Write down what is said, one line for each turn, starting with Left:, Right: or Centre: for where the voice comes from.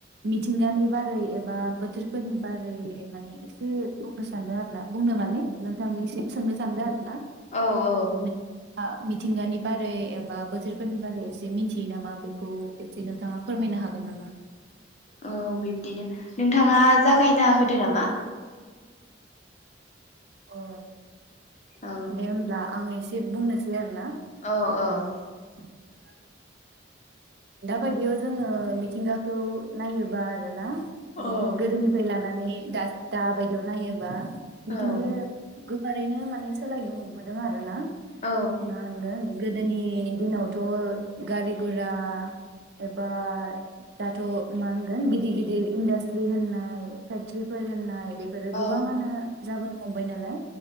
Right: मिथिंगानि बारै एबा बोथोरफोरनि बारै माने एसे बुंनो सानदों आरो ना बुंनो माने नोंथांनिसिम सोंनो सानदों ना
Left: औ औ
Right: नोंथाङा मिथिंगानि बारै एबा बोथोरफोरनि बारै एसे मिथियो नामा बेखौ एसे नोंथाङा फोरमायनो हागोन नामा
Left: औ बिब्दिनो नोंथाङा जागायना होदो नामा
Right: अ
Left: औ
Right: दे होमब्ला आं एसे बुंनोसै आरो ना
Left: औ औ
Right: <inaudible> दा बायदियाव जोङो मिथिंगाखौ नायोबा आरो ना
Left: औ
Right: माने गोदोनिफ्राय लानानै दा दा बायदियाव नायोबा मिथिंगाया
Left: औ
Right: गो ओरैनो माने सोलायनो हमबोदों आरो ना
Left: औ
Right: मा होनगोन गोदोनि दिनावथ' गारि गुरा एबा दाथ' मा होनगोन गिदिर गिदिर इन्डास्ट्रि होननाय फेक्ट्रिफोर होननाय बेफोरो गोबाङानो
Left: अ
Right: जाबोनो हमबाय नालाय